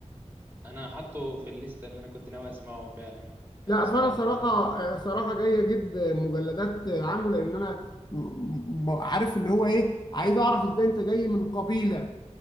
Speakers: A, on the right; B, on the left.
A: انا حاطه في الليستة اللي انا كنت ناوي اسمعه فعلا اه
B: لا
A: يا عثمان
B: فانا صراحة
A: اه
B: صراحة جاي اجيب مجلدات عنه لان انا م- م- عارف اللي هو ايه عايز اعرف ازاي انت جاي من قبيلة